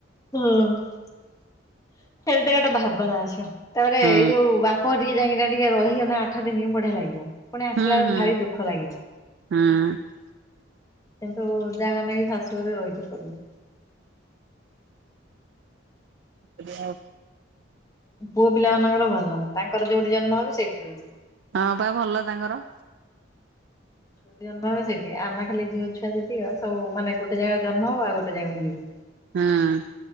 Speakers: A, on the left (about 15°); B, on the right (about 60°).
A: ହୁଁ ସେଇଟା ଗୋଟେ ଭାବନା ଆସିବ, ତାପରେ
B: ହୁଁ
A: ଏଇ ଯୋଉ ବାପା ଘରେ ଟିକେ ଯାଇକି ଟିକେ ରହିଗଲେ ନା ଆଠଦିନ ବଢିଆ ଲାଗିବ। ପୁଣି ଆସିଲା
B: ହୁଁ
A: ବେଳକୁ
B: ହୁଁ
A: ଭାରି ଦୁଃଖ ଲାଗିବ।
B: ହୁଁ
A: କିନ୍ତୁ ଯାହା ହେଲେ ବି ଶାଶୁଘରେ ରହିବାକୁ ପଢିବ।
B: ଏବେ ଆଉ
A: ପୁଅ ପିଲାମାନଙ୍କର ଭଲ, ତାଙ୍କର ଯୋଉଠି ଜନ୍ମ ହବ ସେଇଠି ରହିବେ।
B: ହଁ ବା ଭଲ ତାଙ୍କର।
A: ପୁଅ ଜନ୍ମ ହବେ ସେଠି, ଆମେ ଖାଲି ଝିଅଛୁଆ ଯେତିକି ସବୁ ମାନେ ଗୋଟେ ଜାଗା ଜନ୍ମ ହଭ ଆଉ ଗୋଟେ ଜାଗାକୁ ଯିବୁ।
B: ହୁଁ